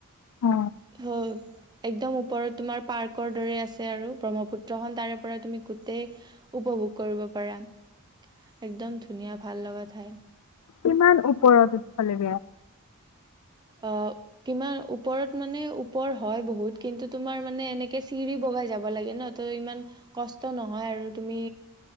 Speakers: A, on the left; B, on the right.
A: অ,
B: ।হমম একদম ওপৰত তোমাৰ পাৰ্কৰ দৰে আছে আৰু ব্ৰহ্মপুত্ৰখন তাৰে পৰা তুমি গোটেই উপভোগ কৰিব পাৰা । একদম ধুনীয়া ভাল লগা ঠাই।
A: কিমান ওপৰত উঠবলে লাগে?
B: অ কিমান ওপৰত মানে ওপৰ হয় বহুত কিন্তু তোমাৰ মানে এনেকে চিৰি বগাই যাব লাগে ন ত ইমান কষ্ট নহয় আৰু তুমি